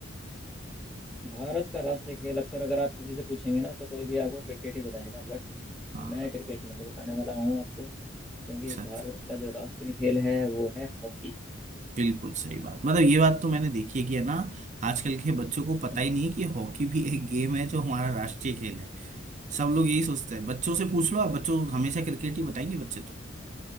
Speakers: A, in the centre; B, on the right.
A: भारत का राष्ट्रीय खेल अक्सर अगर आप किसी से पूछेंगे ना तो कोई भी आपको क्रिकेट ही बताएगा बट
B: हाँ
A: मैं क्रिकेट नहीं बताने वाला हूँ आपको क्योंकि
B: अच्छा
A: भारत का जो राष्ट्रीय खेल है वो है हॉकी
B: बिल्कुल सही बात मतलब ये बात तो मैंने देखी है कि है ना आजकल के बच्चों को पता
A: हम्म
B: ही नहीं है कि हॉकी भी एक गेम है जो हमारा राष्ट्रीय खेल है सब लोग यही सोचते हैं बच्चों से पूछ लो आप बच्चों हमेशा क्रिकेट ही बताएंगे बच्चे तो